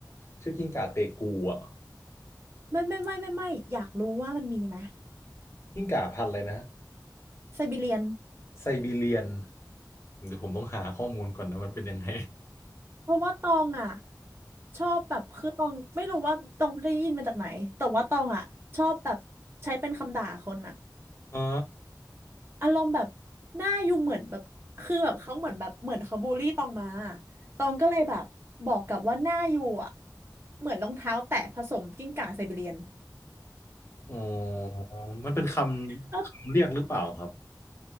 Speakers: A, on the left (about 35°); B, on the right (about 35°).
A: ชื่อกิ้งก่าเตกูอ่ะ
B: ไม่ไม่ไม่ไม่ไม่อยากรู้ว่ามันมีไหม
A: กิ้งก่าพันธุ์อะไรนะ
B: ไซบีเรียน
A: ไซบีเรียนเดี๋ยวผมต้องหาข้อมูลก่อนนะมันเป็นยังไง
B: เพราะว่าตองอ่ะชอบแบบคือตองไม่รู้ว่าตองได้ยินมาจากไหนแต่ว่าตองอ่ะชอบแบบใช้เป็นคำด่าคนอ่ะ
A: <laughs> อ๋อ
B: อารมณ์แบบหน้าอยู่เหมือนแบบคือแบบเขาเหมือนแบบเหมือนเขาบูลลี่ตองมาตองก็เลยแบบบอกกลับว่าหน้าอยู่อ่ะเหมือนรองเท้าแตะผสมกิ้งก่าไซบีเรียน
A: อ๋อมันเป็นคำคำเรียกหรือเปล่าครับ
B: แล้ว